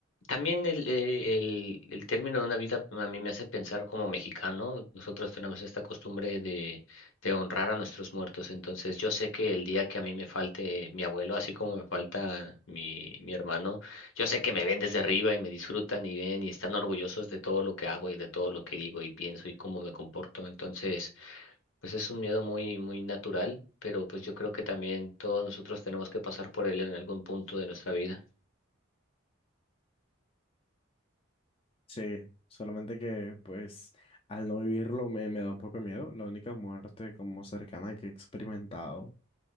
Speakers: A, on the left (about 75°); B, on the left (about 25°).
A: también el, eh, el, el término de una vida a mí me hace pensar como mexicano. Nosotros tenemos esta costumbre de, de honrar a nuestros muertos. Entonces yo sé que el día que a mí me falte mi abuelo, así como me falta mi, mi hermano, yo sé que me ven desde arriba y me disfrutan y ven y están orgullosos de todo lo que hago y de todo lo que digo y pienso y cómo me comporto. Entonces, pues es un miedo muy, muy natural, pero pues yo creo que también todos nosotros tenemos que pasar por él en algún punto de nuestra vida.
B: Sí, solamente que pues al no vivirlo me, me da un poco de miedo. La única muerte como cercana que he experimentado